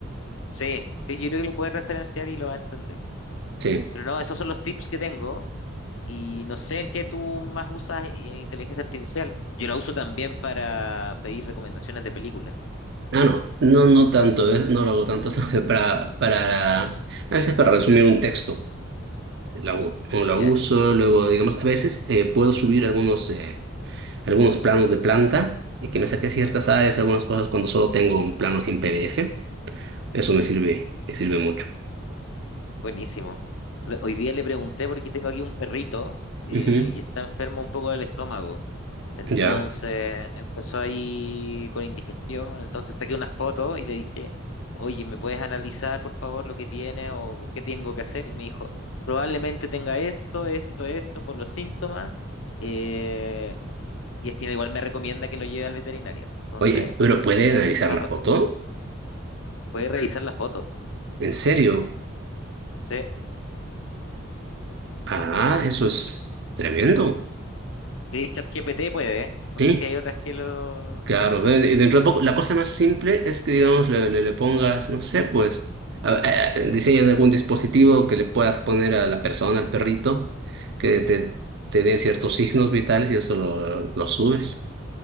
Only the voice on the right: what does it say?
Sí.
Ah, no, no, no tanto, eh, no lo hago tanto, <laughs> solo para, para, a veces para resumir un texto, la, u- o la
uso, luego, digamos, a veces eh, puedo subir algunos, eh, algunos planos de planta y que me saque ciertas áreas, algunas cosas cuando solo tengo un plano sin PDF, eso me sirve, me sirve mucho.
Ujú,
Ya.
Oye, pero ¿puede analizar
la
foto?
¿En serio?
Ah, eso es tremendo.
Sí,
claro. eh, y Dentro de poco, la cosa más simple es que, digamos, le, le- le pongas, no sé, pues, a- a- diseñan algún dispositivo que le puedas poner a la persona, al perrito, que te, te dé ciertos signos vitales y eso lo, lo subes